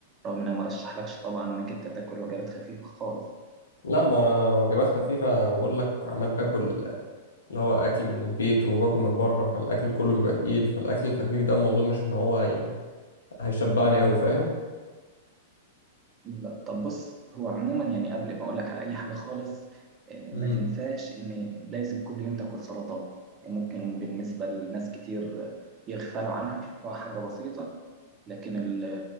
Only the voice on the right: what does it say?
رغم إن أنا مرشحلكش طبعا إنك أنت تاكل وجبات خفيفة خالص.
بالظبط. طب بص هو عموما يعني قبل ما أقولك على أي حاجة خالص آه،
ما تنساش إن لازم كل يوم تاكل سلطات يعني ممكن بالنسبة لناس كتير آه، يغفلوا عنها يشوفوها حاجة بسيطة لكن ال-